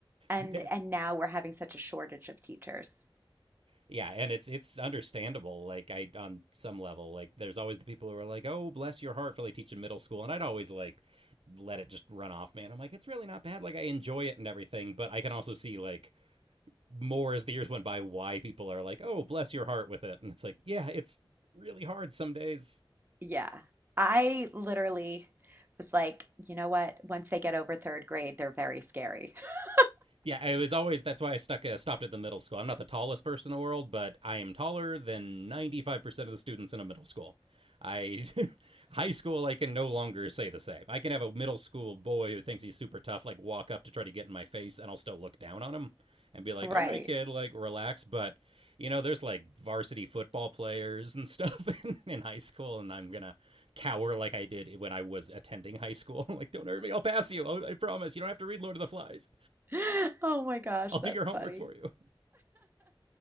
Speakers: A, on the right (about 20°); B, on the right (about 80°).
A: and
B: <laughs>
A: and now we're having such a shortage of teachers.
B: Yeah, and it's it's understandable. Like I on some level, like there's always the people who are like, "Oh, bless your heart for like teaching middle school," and I'd always like let it just run off, man. I'm like, it's really not bad. Like I enjoy it and everything, but I can also see like more as the years went by why people are like, "Oh, bless your heart with it," and it's like, yeah, it's really hard some days.
A: Yeah. I literally was like, you know what? Once they get over third grade, they're very scary. <laughs>
B: Yeah, it was always that's why I stuck uh, stopped at the middle school. I'm not the tallest person in the world, but I am taller than 95% of the students in a middle school. I <laughs> high school I can no longer say the same. I can have a middle school boy who thinks he's super tough like walk up to try to get in my face and I'll still look down on him and be like,
A: Right.
B: "All right, kid, like relax." But, you know, there's like varsity football players and <laughs> stuff in, in high school and I'm going to cower like I did when I was attending high school. <laughs> like, "Don't hurt me. I'll pass you. I'll- I promise. You don't have to read Lord of the Flies."
A: <laughs> Oh my gosh,
B: I'll do
A: that's
B: your homework
A: funny.
B: for you.